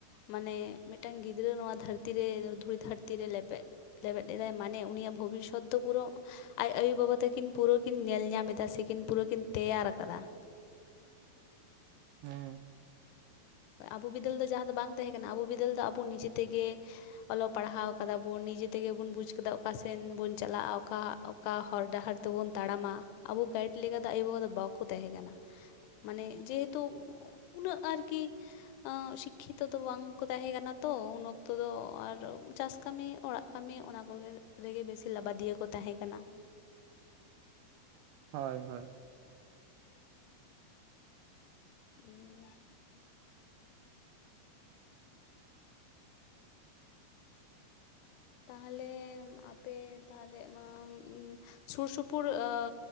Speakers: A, on the left (about 80°); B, on the right (about 90°).
A: ᱢᱟᱱᱮ ᱢᱤᱫᱴᱟᱱ ᱜᱤᱫᱽᱨᱟᱹ ᱱᱚᱣᱟ ᱫᱷᱟᱹᱨᱛᱤ ᱨᱮ ᱫᱷᱩᱲᱤ ᱫᱷᱟᱹᱨᱛᱤ ᱨᱮ ᱞᱮᱵᱮᱫ ᱞᱮᱵᱮᱫ ᱞᱮᱫᱟᱭ ᱢᱟᱱᱮ ᱩᱱᱤᱭᱟᱜ ᱵᱷᱚᱵᱤᱥᱥᱚᱛ ᱫᱚ ᱯᱩᱨᱟᱹ ᱟᱡ ᱟᱭᱳᱼᱵᱟᱵᱟ ᱛᱟᱹᱠᱤᱱ ᱯᱩᱨᱟᱹ ᱠᱤᱱ ᱧᱮᱞ ᱧᱟᱢ ᱮᱫᱟ ᱥᱮ ᱠᱤᱱ ᱯᱩᱨᱟᱹ ᱠᱤᱱ ᱛᱮᱭᱟᱨ ᱟᱠᱟᱫᱟ ᱾
B: ᱦᱮᱸ
A: ᱟᱵᱚ ᱵᱤᱫᱟᱹᱞ ᱫᱚ ᱡᱟᱦᱟᱸ ᱫᱚ ᱵᱟᱝ ᱛᱟᱦᱮᱸ ᱠᱟᱱᱟ ᱟᱵᱚ ᱵᱤᱫᱟᱹᱞ ᱫᱚ ᱟᱵᱚ ᱱᱤᱡᱮ ᱛᱮᱜᱮ ᱚᱞᱚᱜ ᱯᱟᱲᱦᱟᱣ ᱠᱟᱫᱟ ᱵᱚᱱ ᱱᱤᱡᱮ ᱛᱮᱜᱮ ᱵᱚᱱ ᱵᱩᱡᱽ ᱠᱟᱫᱟ ᱚᱠᱟ ᱥᱮᱱ ᱵᱚᱱ ᱪᱟᱞᱟᱜᱼᱟ ᱚᱠᱟ ᱚᱠᱟ ᱦᱚᱨ ᱰᱟᱦᱟᱨ ᱞᱮᱠᱟ ᱛᱮᱵᱚᱱ ᱛᱟᱲᱟᱢᱟ ᱟᱵᱚ ᱜᱟᱭᱤᱰ ᱞᱮᱠᱟ ᱫᱚ ᱟᱭᱩᱵᱟᱵᱟ ᱫᱚ ᱵᱟᱠ ᱵᱟᱠᱚ ᱛᱟᱦᱮᱸ ᱠᱟᱱᱟ ᱢᱟᱱᱮ ᱡᱮᱦᱮᱛᱩ ᱩᱱᱟᱹᱜ ᱟᱨᱠᱤ ᱥᱤᱠᱷᱤᱛᱚ ᱫᱚ ᱵᱟᱝᱠᱚ ᱛᱟᱦᱮᱸ ᱠᱟᱱᱟ ᱛᱚ ᱩᱱ ᱚᱠᱛᱚ ᱫᱚ ᱟᱨ ᱪᱟᱥ ᱠᱟᱹᱢᱤ ᱚᱲᱟᱜ ᱠᱟᱹᱢᱤ ᱚᱱᱟ ᱠᱚᱜᱮ ᱨᱮᱜᱮ ᱵᱮᱥᱤ ᱞᱟᱵᱟᱫᱤᱭᱟᱹ ᱠᱚ ᱛᱟᱦᱮᱸ ᱠᱟᱱᱟ ᱾
B: ᱦᱳᱭ ᱦᱳᱭ
A: <unintelligible> ᱛᱟᱦᱚᱞᱮ ᱟᱯᱮ ᱛᱟᱦᱞᱮ ᱢᱟ ᱥᱩᱨ ᱥᱩᱯᱩᱨ ᱟᱹᱻ